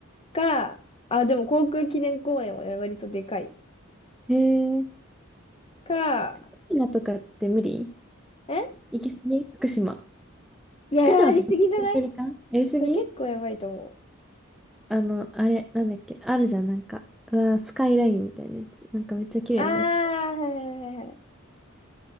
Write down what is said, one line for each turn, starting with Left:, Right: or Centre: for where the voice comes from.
Left: か、あ、でも航空記念公園は割とでかい。
Centre: へえ、
Left: か、
Centre: 福島とかって無理
Left: え
Centre: 行き過ぎ福島。
Left: いや、
Centre: 福島ってどの距離感やりすぎ
Left: やりすぎじゃないそれ結構やばいと思う。
Centre: あの、あれ、なんだっけ、あるじゃん、なんか。うわー、スカイラインみたいなやつ。なんかめっちゃ綺麗な道。
Left: あー、はいはいはいはい。